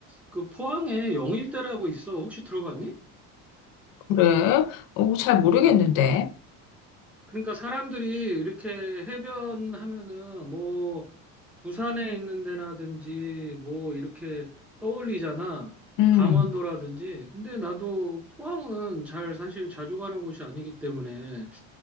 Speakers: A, in the centre; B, on the left.
A: 그 포항에 영일대라고 있어. 혹시 들어봤니?
B: 그래. 어, 잘 모르겠는데.
A: 그러니까 사람들이 이렇게 해변 하면은 뭐 부산에 있는 데라든지 뭐 이렇게 떠올리잖아.
B: 음,
A: 강원도라든지. 근데 나도 포항은 잘 사실 자주 가는 곳이 아니기 때문에